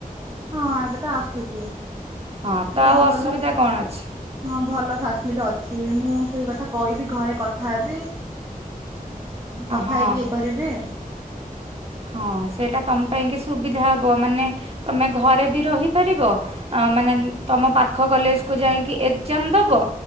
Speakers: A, on the right; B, on the right.
A: ହଁ ଏବେ ତ ଆସୁଛି,
B: ହଁ
A: ଏ ତ
B: ଆଉ
A: ଭଲ
B: ଅସୁବିଧା
A: ହଁ,
B: କ'ଣ ଅଛି
A: ଭଲ ଫ୍ୟାସ୍ଲିଟ୍ ଅଛି, ମୁଁ ସେଇ କଥା କହିବି ଘରେ କଥା ହେବି। ମୁଁ କଥା
B: ହଁ
A: ହେଇକି ଇଏ କରିବେ।
B: ହଁ, ସେଇଟା ତମ ପାଇଁକି ସୁବିଧା ହବ ମାନେ ତମେ ଘରେ ବି ରହିପାରିବ ଆ ମାନେ ତମ ପାଖ କଲେଜକୁୁ ଯାଇକି ଏକ୍ଜାମ୍ ଦବ।